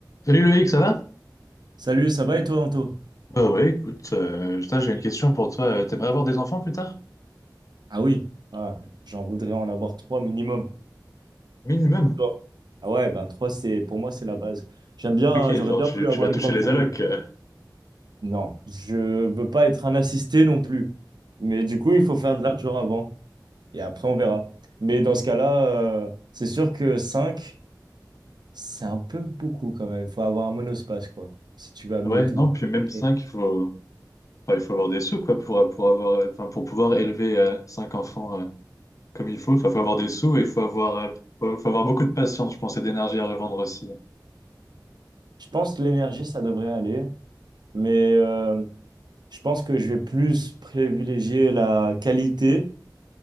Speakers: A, on the left (about 45°); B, on the right (about 65°).
A: Salut Loïc, ça va?
B: Salut, ça va et toi, Anto?
A: Ouais, ouais, écoute, euh, putain, j'ai une question pour toi. Euh, T'aimerais avoir des enfants plus tard?
B: Ah oui, ah, j'en voudrais en avoir trois minimum.
A: Minimum.
B: Toi Ah ouais, bah trois, c'est pour moi, c'est la base. J'aime bien,
A: Ok,
B: j'aurais
A: genre
B: bien
A: tu,
B: voulu
A: tu
B: avoir
A: vas
B: une
A: toucher
B: grande
A: les
B: famille.
A: allocs. euh.
B: Non, je veux pas être un assisté non plus. Mais du coup, il faut faire de l'argent avant. Et après, on verra. Mais dans ce cas-là, euh, c'est sûr que 5, c'est un peu beaucoup quand même. Il faut avoir un monospace, quoi. Si tu veux amener
A: Ouais,
B: tout
A: non,
B: le monde.
A: puis même
B: Technique.
A: cinq, il faut, enfin, il faut avoir des sous, quoi, pour, pour avoir, euh, enfin, pour pouvoir élever euh, 5 enfants euh, comme il faut. Enfin, faut avoir des sous et il faut avoir, euh, faut, faut avoir beaucoup de patience, je pense, et d'énergie à revendre aussi.
B: Je pense que l'énergie, ça devrait aller. Mais euh, Je pense que je vais plus privilégier la qualité